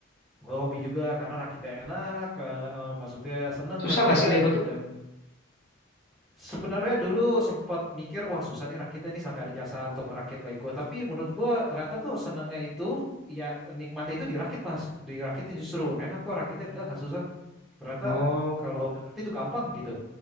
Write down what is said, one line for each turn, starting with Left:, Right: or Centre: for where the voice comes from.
Centre: Gue hobi juga karena rakitnya enak, ke, eh, maksudnya seneng
Left: susah
Centre: rakitnya
Left: nggak sih Lego
Centre: dan,
Left: tuh?
Centre: dan Sebenarnya dulu sempat mikir, wah susah nih rakitnya nih sampai ada jasa untuk merakit Lego. Tapi menurut gue ternyata tuh senangnya itu, ya nikmatnya itu dirakit mas. Dirakitnya justru enak kok rakitnya, enggak, enggak susah. Ternyata
Left: Oh,
Centre: kalau udah ngerti itu gampang gitu.